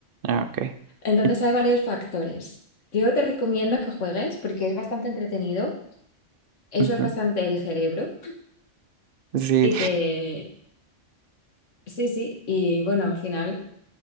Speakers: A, on the right; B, on the left.
A: Ah, Okay.
B: Entonces
A: Y-
B: hay varios factores. Yo te recomiendo que juegues porque es bastante entretenido, usas
A: ujú.
B: bastante el cerebro
A: Sí,
B: y te... Sí, sí, y bueno, al final